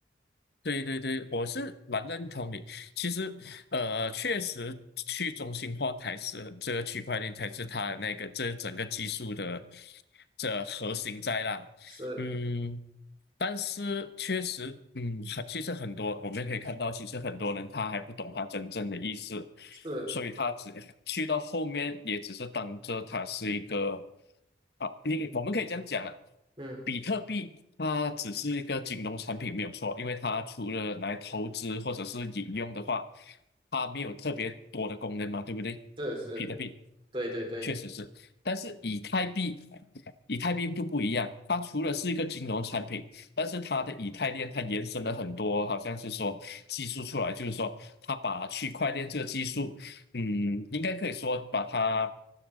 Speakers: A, on the left; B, on the right.
A: 对对对，我是蛮认同你。其实，呃，确实去中心化才是这个区块链才是它的那个这整个技术的这核心在啦。
B: 是
A: 嗯，但是确实，嗯，很其实很多我们可以看到，其实很多人他还不懂他真正的意思，
B: 是，
A: 所以他只去到后面也只是当着它是一个啊，你我们可以这样讲了，
B: 嗯，
A: 比特币它只是一个金融产品没有错，因为它除了来投资或者是引用的话，它没有特别多的功能嘛，对不对？
B: 是是，
A: 比特币
B: 对对对，
A: 确实是，但是以太币。以太币就不一样，它除了是一个金融产品，但是它的以太链它延伸了很多，好像是说技术出来，就是说它把区块链这个技术，嗯，应该可以说把它